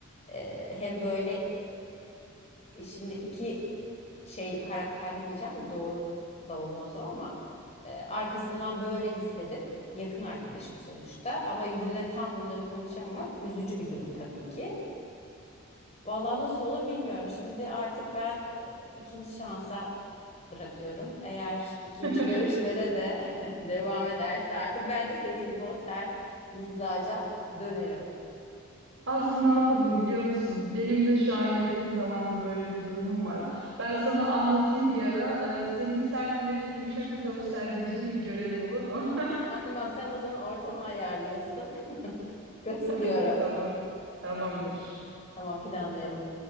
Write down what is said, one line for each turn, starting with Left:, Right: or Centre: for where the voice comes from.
Left: Ee, hem böyle e, şimdi iki şeyli karakterli diyeceğim de doğru da olmaz o ama e, arkasından böyle hissedip yakın arkadaşım sonuçta ama yüzüne tam bunları konuşamamak üzücü bir durum tabii ki. Vallahi nasıl olur bilmiyorum. Şimdi artık ben e, ikinci şansa bırakıyorum. Eğer ikinci
Right: <laughs>
Left: görüşmede de <laughs> devam ederse artık ben de senin gibi o sert mizaca dönerim.
Right: Aslında
Left: Yani.
Right: ne yapalım biliyor musun? Benim de şu an yakın zamanda böyle bir durumum var. Ben sana anlatayım bir ara. Ee, senin sert mi, yumuşak mı tavır sergileyeceğini bir görelim olur mu?
Left: <laughs> Tamam sen o zaman ortamı ayarlıyorsun. <laughs> Katılıyorum.
Right: <laughs> Tamam. Tamamdır.
Left: Tamam planlayalım.